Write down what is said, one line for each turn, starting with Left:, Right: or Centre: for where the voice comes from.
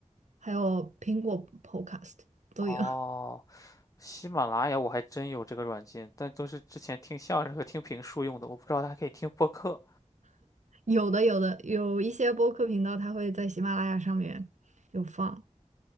Right: 还有苹果 Podcast 都有，
Left: 哦，
Right: <laughs>
Left: 喜马拉雅我还真有这个软件，但都是之前听相声和听评书用的，我不知道它还可以听播客。
Right: 有的有的有一些播客频道它会在喜马拉雅上面有放。